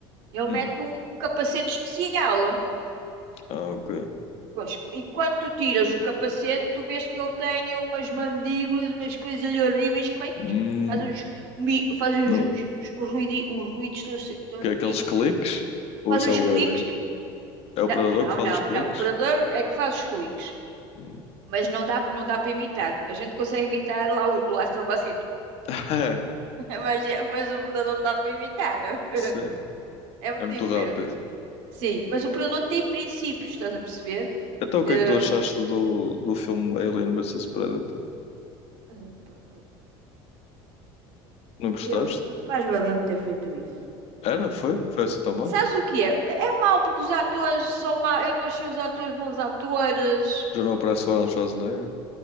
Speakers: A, on the right; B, on the left.
A: ele mete
B: Hum.
A: um, um capacete especial.
B: Ah, ok.
A: Pois, e quando tu tiras o capacete, tu vês que ele tem umas mandíbulas, umas coisas ali horríveis que vai,
B: Hum.
A: faz uns, um faz uns,
B: No...
A: uns, uns, uns ruidi- uns ruídos tão, se- tão
B: Que é
A: bonitos.
B: aqueles cliques? Ou
A: Faz
B: isso
A: uns
B: é o
A: cliques
B: alien?
A: que...
B: É
A: Não,
B: o predador
A: não,
B: que faz
A: não,
B: os cliques?
A: não. O predador é que faz os cliques.
B: Hum.
A: Mas não dá, não dá para imitar. A gente consegue imitar lá o o Last of Us, que é... <laughs>
B: <laughs>
A: mas, é- mas o predador não dá para imitar. não? <laughs>
B: Sei.
A: É muito
B: É muito
A: diferente.
B: rápido.
A: Sim, mas o predador tem princípios, estás a perceber?
B: Então o que
A: Eh,
B: é que tu achaste do, do filme Alien versus Predator?
A: eh, per-
B: Não gostaste?
A: Eu, mais valia me ter feito isso.
B: Era? Foi? Foi assim tão mal?
A: Sabes o que é? É mau porque os atores são maus. Eu não achei os atores bons atores.
B: Já não aparece o Arnold Schwarzenegger?